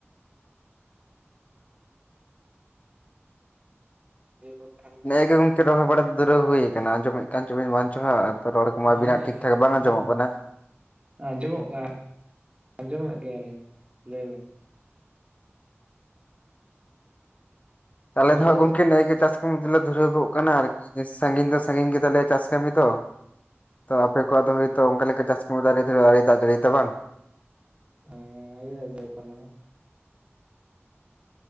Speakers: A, on the right; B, on the left.
A: <unintelligible>
B: ᱱᱮᱜ ᱜᱮ ᱜᱚᱢᱠᱮ ᱨᱚᱭ ᱵᱟᱲᱟ ᱫᱚ ᱫᱷᱩᱨᱟᱹ ᱦᱩᱭ ᱟᱠᱟᱱᱟ ᱟᱸᱡᱚᱢᱮᱫ ᱠᱟᱱ ᱪᱚᱵᱤᱱ ᱵᱟᱧᱪᱚ ᱨᱚᱲ ᱠᱚ ᱢᱟ
A: ᱦᱮᱸ
B: ᱵᱤᱱᱟᱜ ᱴᱷᱤᱠ ᱵᱟᱝ ᱟᱱᱡᱚᱢᱚᱜ
A: ᱦᱮᱸ ᱜᱚᱝᱠᱮ
B: ᱠᱟᱱᱟᱹ
A: ᱟᱸᱡᱚᱢᱚᱜ ᱜᱮ ᱟᱸᱡᱚᱢᱮᱫ ᱜᱮᱭᱟᱞᱤᱧ᱾ ᱞᱟᱹᱭ ᱵᱤᱱ
B: <inaudible>
A: ᱟᱸᱡᱚᱢ ᱫᱟᱵᱤᱱ
B: ᱜᱚᱢᱠᱮ <inaudible> ᱪᱟᱥ <inaudible> ᱫᱷᱩᱨᱟᱹᱣ ᱜᱚᱜ ᱠᱟᱱᱟ ᱟᱨᱠᱤ ᱥᱟᱸᱜᱤᱧ ᱫᱚ ᱥᱟᱸᱜᱤᱧ ᱜᱮᱛᱟᱞᱮᱭᱟ ᱪᱟᱥ ᱠᱟᱹᱢᱤ ᱠᱚ ᱛᱚ ᱟᱯᱮ ᱠᱚᱣᱟᱜ ᱫᱚ ᱦᱳᱭᱛᱳ ᱚᱱᱠᱟ ᱞᱮᱠᱟ ᱪᱟᱥ ᱠᱟᱹᱢᱤ ᱫᱟᱨᱮ <inaudible> ᱛᱚ ᱵᱟᱝ
A: <unintelligible>